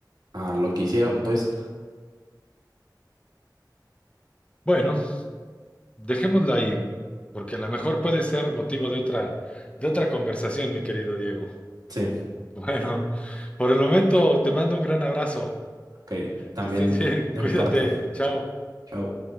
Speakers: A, on the right; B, on the left.
A: a lo que hicieron, pues.
B: Bueno, Dejémoslo ahí, porque a lo mejor puede ser motivo de otra, de otra conversación, mi querido Diego. <laughs>
A: Sí,
B: Bueno, por el momento te mando un gran abrazo.
A: ok, también
B: Que estés bien,
A: de
B: cuídate,
A: mi parte.
B: chao.
A: Chao.